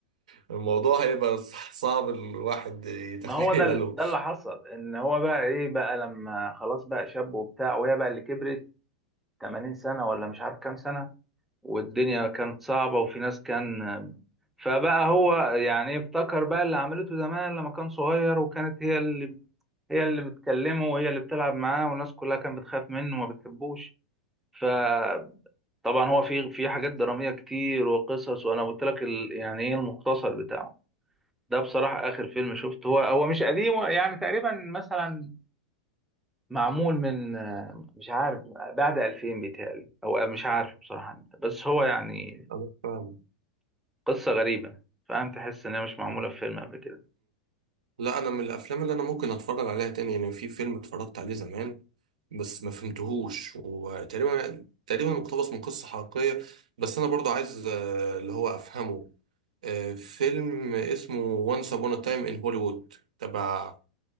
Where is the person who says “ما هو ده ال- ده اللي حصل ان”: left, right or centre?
Centre